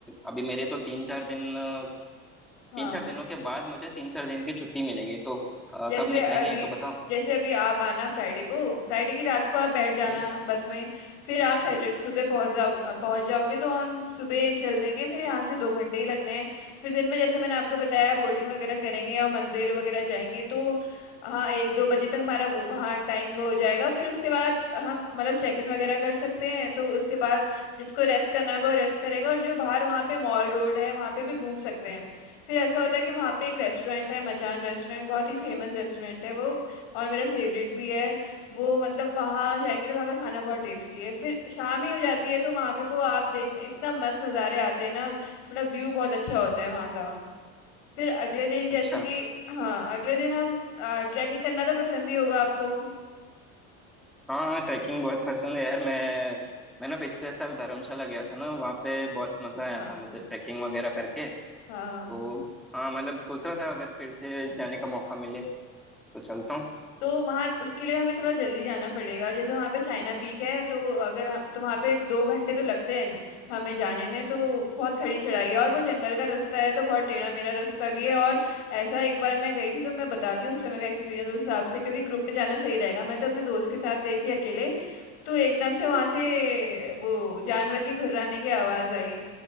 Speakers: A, in the centre; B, on the left.
A: अभी मेरे तो तीन चार दिन अ,
B: हाँ
A: तीन चार दिनों के बाद मुझे तीन चार दिन की छुट्टी मिलेगी तो अ,
B: जैसे
A: कब निकलेंगे
B: अभी
A: ये तो बताओ
B: जैसे अभी आप आना फ्राइडे को फ्राइडे की रात को आप बैठ जाना
A: हम्म
B: बस में फिर आप
A: अच्छा
B: सैटरडे सुबह पहुंच जाओ अ, पहुंच जाओगे तो हम सुबह चल देंगे फिर यहाँ से दो घंटे ही लगने हैं फिर दिन में जैसे मैंने आपको बताया बोटिंग वगैरह करेंगे और मंदिर वगैरह जाएंगे तो हाँ एक दो बजे तक हमारा वो वहाँ टाइम वो हो जाएगा फिर उसके बाद हम मतलब चेक इन वगैरह कर सकते हैं तो उसके बाद जिसको रेस्ट करना होगा वो रेस्ट करेगा और जो बाहर वहाँ पे मॉल रोड है वहाँ पे भी घूम सकते हैं फिर ऐसा होता है कि वहाँ पे एक रेस्टोरेंट है मचान रेस्टोरेंट बहुत ही फेमस रेस्टोरेंट है वो और मेरा फेवरेट भी है वो मतलब वहाँ जाएंगे तो वहाँ का खाना बहुत टेस्टी है फिर शाम ही हो जाती है तो वहाँ पे को आप देखने इतना मस्त नज़ारे आते हैं ना मतलब व्यू बहुत अच्छा होता है वहाँ का फिर अगले दिन जैसे
A: अच्छा
B: कि हाँ अगले दिन हम ट्रैकिंग करना तो पसंद ही होगा आपको
A: हाँ हाँ ट्रैकिंग बहुत पसंद है यार मैं मैं ना पिछले साल धर्मशाला गया था ना वहाँ पे बहुत मजा आया
B: हाँ
A: था मुझे ट्रैकिंग वगैरह करके
B: हाँ
A: तो हाँ मतलब सोच रहा था अगर फिर से जाने का मौका मिले तो चलता हूँ
B: तो वहाँ उसके लिए हमें थोड़ा जल्दी जाना पड़ेगा जैसे वहाँ पे चाइना पीक है तो अगर हम तो वहाँ पे दो घंटे तो लगते हैं न- हमें जाने में तो बहुत खड़ी चढ़ाई है और वो जंगल का रास्ता है तो बहुत टेढ़ा मेरा रास्ता भी है और ऐसा एक बार मैं गई थी तो मैं बताती हूँ उस समय का एक्सपीरियंस उस हिसाब से क्योंकि ग्रुप में जाना सही रहेगा मैं तो अपने दोस्त के साथ गई थी अकेले तो एकदम से वहाँ से वो जानवर की घुर्राने की आवाज़ आई